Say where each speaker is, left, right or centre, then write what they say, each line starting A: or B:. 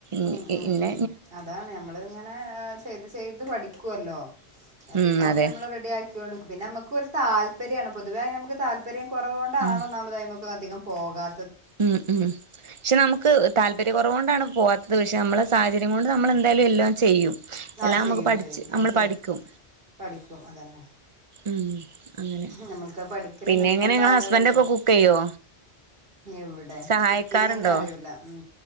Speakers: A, on the right; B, on the right.
A: മ്
B: ഉം ഉം
A: ഇന്ന
B: ഉം അതാണ് ഞമ്മള് ങ്ങനെ ചെയ്ത് ചെയ്ത് പഠിക്കുവല്ലോ എല്ലോം
A: ഉം അതെ
B: ഞമ്മള് റെഡിയായ് പിന്നെ ഞമ്മക്കു ഒരു താല്പര്യണ് പൊതുവെ ഞമ്മക്ക് താല്പര്യക്കൊറവോണ്ടാണ്
A: ഉം
B: ഒന്നാമതയി മ്മക്കൊന്നധികം പോകാ
A: ഉം ഉം ക്ഷെ നമ്മക്ക് താല്പ ര്യകൊറവോണ്ടാണ് പോവാത്തത് പക്ഷെ നമ്മള സാഹചര്യം കൊണ്ട് നമ്മളെന്തായാലും എല്ലോം ചെയ്യും
B: ആ
A: എല്ലാം
B: ചെയ്യും
A: മക്ക് പഠിച്ച്
B: ചെയ്യും
A: നമ്മള്
B: അത് ശരി
A: പഠിക്കും
B: പഠിക്കും അതന്നെ
A: ഉം അങ്ങനെ
B: ഞമ്മൾക്കത് പഠിക്കല്
A: പിന്നെ
B: നിർബന്ധ
A: എങ്ങനെ നിങ്ങളെ
B: ആയോണ്ട്
A: ഹസ്ബൻഡ് ഒക്കെ കുക്ക് ചെയ്യോ
B: എവ്ടെ
A: സഹായിക്കാറുണ്ടോ
B: കുക്കിങ്ന്നെ അറിയൂല ഉം